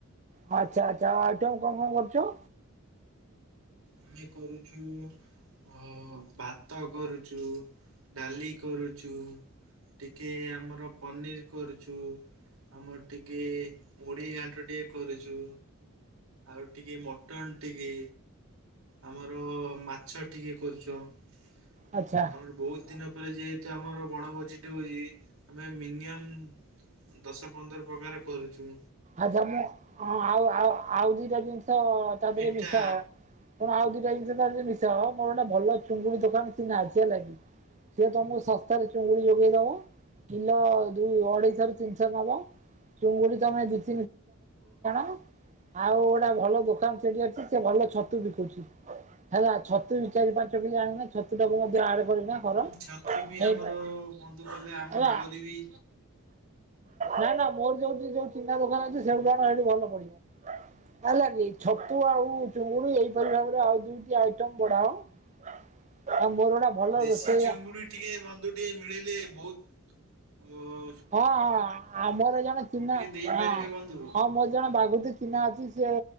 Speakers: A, on the right (about 35°); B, on the right (about 70°).
A: ହ ଆଚ୍ଛା ଆଚ୍ଛା ଆଉ ଆଇଟମ୍ କଣ କଣ କରୁଚ?
B: ଆମେ କରୁଚୁ ଅ-ଭାତ କରୁଚୁ ଡାଲି କରୁଚୁ ଟିକେ ଆମର ପନିର୍ କରୁଚୁ। ଆମର ଟିକେ ମୁଢି ଘାଣ୍ଟ ଟିକେ କରୁଚୁ। ଆଉ ଟିକେ ମଟନ୍ ଟିକେ। ଆମର ମାଛ ଟିକେ କରୁଚ ଆମର
A: ଆଚ୍ଛା
B: ବହୁତ୍ ଦିନ ପରେ ଯେହେ ତୁ ଆମର ବଣଭୋଜି ଟେ ହଉଚି ଆମେ ମିନିୟମ୍ ଦଶ ପନ୍ଦର ପ୍ରକାର କରୁଚୁ।
A: ଆଛା ମୁଁ- ହଁ ଆଉ ଆଉ- ଆଉ -ଆଉ ଦି ଟା ଜିନିଷ ତା
B: ମିଠା
A: ଦେହରେ ମିଶାହବ। କଣ ଆଉ <unintelligible> ଭଲ ଚୁଙ୍ଗୁଡି ଦୋକାନ ଚିହ୍ନା <unintelligible> ସିଏ ତମକୁ ଶସ୍ତାରେ ଚୁଙ୍ଗୁଡି ଯୋଗେଇ ଦବ। କିଲ ଦୁଇ ଅଢେଇଶ ରୁ ତିନିଶ ନବ ଚୁଙ୍ଗୁଡି ତମେ ଦି <unintelligible> ଆଉ ଗୋଟେ ଭଲ ଦୋକାନ ସେଠି ଅଛି ସେ ଭଲ ଛତୁ ବିକୁଚି। ହେଲା ଛତୁ ବି ଚାରି ପାଞ୍ଚ କିଲି ଆଣିଲେ ଛତୁ ଟାକୁ ମଧ୍ୟ ଆଡ୍ <unintelligible>
B: ଛତୁ ବି
A: ହେଇପାରେ
B: ଆମର ବନ୍ଧୁ କଲେ ଆମର
A: ହେଲା।
B: ଆହୁରି ବି
A: ନାଇ ନା ମୋର ଯଉ ଯଉ ଚିହ୍ନା ଦୋକାନ ଅଛି ସେଉଠୁ ଆଣ ହେଇଠୁ ଭଲ ପଡିବ। ହେଲା କିି ଛତୁ ଆଉ ଚିଙ୍ଗୁଡି ଏଇପରି ଭାବରେ ଆଉ ଦୁଇଟି ଆଇଟମ୍ ବଢାଅ। <unintelligible>
B: ଦେଶୀ
A: ରୋଷେଇଆ
B: ଚିଙ୍ଗୁଡି ଟିକେ ବନ୍ଧୁ ଟିକେ ମିଳିଲେ ବହୁତ୍ ଅ-
A: ହଁ- ହଁ ଆମର ଜଣେ ଚିହ୍ନା
B: ଦେଇପାରିବେ
A: ଆ-ହଁ-
B: ବନ୍ଧୁ?
A: ମୋର ଜଣେ <unintelligible> ଚିହ୍ନା ଅଛି ସେ